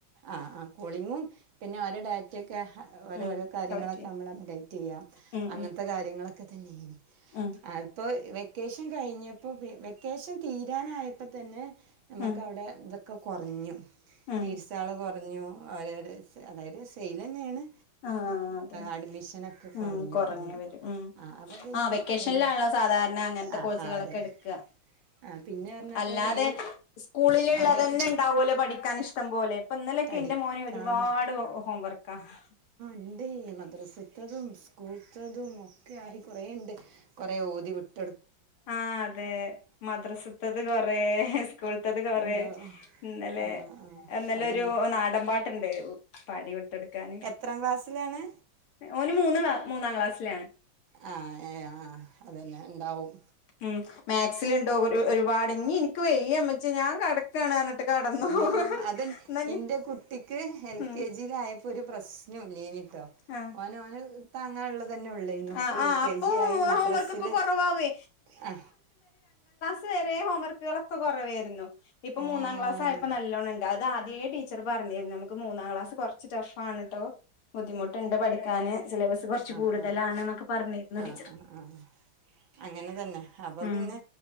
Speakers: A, on the right; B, on the left.
A: ആ ആ കോളിങ്ങും പിന്നെ അവരെ ഡാറ്റക്കെ ക്കെ ഓരോരോ
B: ഉം
A: കാര്യങ്ങളൊക്കെ
B: കളക്ട് ചെയ്യാൻ
A: നമ്മള് അപ്ഡേറ്റെയ്യാം
B: ഉം
A: അങ്ങനത്തെ കാര്യങ്ങളൊക്കെ തന്നെനി
B: ഉം
A: അപ്പൊ വെ വെക്കേഷൻ കഴിഞ്ഞപ്പോ വെക്കേഷൻ തീരാനായപ്പതന്നെ നമക്കവിടെ
B: ഉം ഉം
A: ഇതൊക്കെ ഒക്കെ കൊറഞ്ഞു
B: ഉം
A: ലീഡ്സാള് കൊറഞ്ഞു അതായത് സെയില് തന്നെയാണ്
B: ആ അതെ
A: അഡ്മിഷനൊക്കെ
B: ഉം
A: കുറഞ്ഞു
B: കൊറഞ്ഞുവരും
A: കുറഞ്ഞു
B: ഉം
A: ആ അപ്പോൾ പിന്നെ
B: ആ വെക്കേഷലിലാണല്ലോ
A: ഒരു
B: സാധാരണ അങ്ങനത്തെ
A: ആ
B: കോഴ്സുകളൊക്കെ
A: ആ അതെ
B: എടുക്ക
A: ആ പിന്നെ പറഞ്ഞപ്പോൾ
B: അല്ലാതെ
A: ഈ
B: സ്കൂളിലുള്ളതന്നെ
A: ആ വെറു
B: ഇണ്ടാവോലോ പഠിക്ക ക്കാനിഷ്ടം പോലെ ഇപ്പൊ ഇന്നലൊക്കെ
A: പഠിക്കാനും
B: എന്റെ മോന് ഒരുപാട് ഹോംവർക്ക് ആഹ്
A: എന്തേയി മദ്രസിത്തതും സ്കൂളത്തതും ഒക്കെയായി കുറേ ഇണ്ട് കുറെ ഓതി വിട്ട്
B: ആ അതെ മദ്രസത്തത് കൊറേ, സ്കൂളത്തത് കൊറേ,
A: ഉണ്ടാവും
B: ഇന്നലെ
A: ആ ആ
B: എന്നല്ലൊരു
A: അതന്നെ
B: നാടൻ പാട്ടുണ്ടായിന്നു. പാടി വിട്ടൊടുക്കാന്
A: എത്രാം ക്ലാസ്സിലാണ്
B: ഓന് മൂന്ന് വ മൂന്നാം ക്ലാസ്സിലാണ്.
A: ആ ആ അതന്നെ ഇണ്ടാവും.
B: ഉം മാക്സിലുണ്ട് ഒരുപാട് ഇനി ഇനിക്ക് വയ് യ്യ മ്മച്ചി ഞാൻ കടക്കാണ് കടന്നു
A: ആ അതെ
B: എന്നാ ഇഞ്ഞി
A: ഇന്റെ കുട്ടിക്ക് എൽ
B: ഉം
A: കെ ജിലായപ്പോ ഒരു പ്രശ സ്നുല്ലേന് ത്ത
B: ആഹ്
A: ഓന്ഓന് താങ്ങാള്ളത് തന്നെ ഉള്ളേരുന്നു
B: ആ
A: ഇപ്പോൾ
B: ആ
A: യു കെ
B: അപ്പൊ
A: ജി ആയി മദ്രസില്
B: ഹോംവർക്ക് ഒക്കെ കുറവാവേ
A: ആ
B: സ് വരെ ഹോംവർക്കുകളൊക്കെകൊറവായിരുന്നു. ഇപ്പൊ
A: ആഹ്
B: മൂന്നാം ക്ലാസ് ആയപ്പോ നല്ലോണംണ്ട് അത് ആദ്യേ ടീച്ചർ പറഞ്ഞിരുന്നു നമുക്ക് മൂന്നാം ക്ലാസ് കുറച്ച് ടഫ് പാണട്ടോ ബുദ്ധിമുട്ടുണ്ട് പഠിക്കാന് സിലബസ് കുറച്ച്
A: ആ
B: കൂടുതലാണ്
A: ആ
B: എന്നൊക്കെ പറഞ്ഞിരുന്നു
A: ആ
B: ടീച്ചർ
A: ആ ആ അങ്ങനെ തന്നെ അപ്പൊ
B: ഉം
A: പിന്നെ